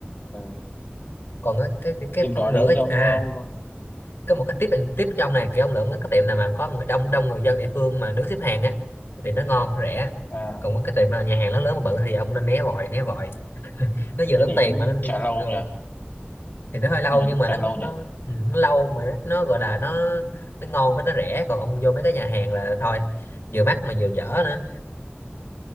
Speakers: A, on the left; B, on the left.
A: Ừ.
B: còn cái cái cái, cái
A: Tìm
B: ông
A: nhỏ đi
B: lựa cái
A: cho ông
B: à
A: ông có-
B: có một cái tip and tip trong này kiểu ông lựa một cái tiệm nào mà có người đông đông người dân địa phương mà đứng xếp hàng á thì nó ngon nó rẻ
A: à
B: còn một cái tiệm mà nhà hàng lớn lớn mà bự thì ông nên né vội né vội nó vừa tốn
A: thế thì
B: tiền
A: cũng
B: mà nó đi
A: chả lâu
B: Ờ,
A: nhỉ.
B: thì nó hơi lâu
A: Nhưng mà
B: nhưng
A: cũng
B: mà
A: chả
B: nó
A: lâu nhỉ.
B: nó ừ, nó lâu mà nó, nó gọi là nó nó ngon với nó rẻ còn ông vô mấy cái nhà hàng là thôi vừa mắc mà vừa dở nữa